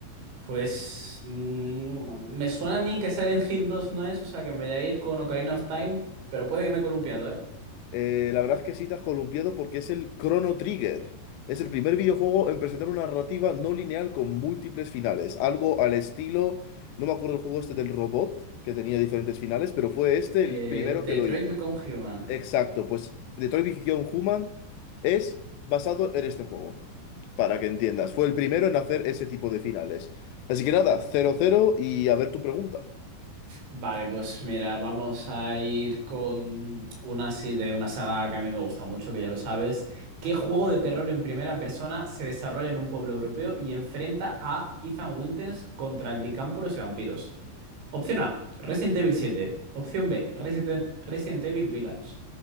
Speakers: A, on the right; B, on the left.
A: Pues mm, me suena a mí que Silent Hill 2 no es, o sea que me voy a ir con Ocarina of Time, pero puede que me he columpiado, ¿eh?
B: Eh, la verdad es que sí te has columpiado porque es el Chrono Trigger. Es el primer videojuego en presentar una narrativa no lineal con múltiples finales. Algo al estilo, no me acuerdo el juego este del robot, que tenía diferentes finales, pero fue este
A: Eh,
B: el primero
A: Detroit
B: que lo hizo.
A: Become Human.
B: Exacto, pues Detroit Become Human es basado en este juego, para que entiendas. Fue el primero en hacer ese tipo de finales. Así que nada, cero cero y a ver tu pregunta.
A: Vale, pues mira, vamos a ir con una así de una saga que a mí me gusta mucho, que ya lo sabes. ¿Qué juego de terror en primera persona se desarrolla en un pueblo europeo y enfrenta a Ethan Winters contra licámporos y vampiros? Opción A, Resident Evil 7. Opción B, Resident, Resident Evil Village.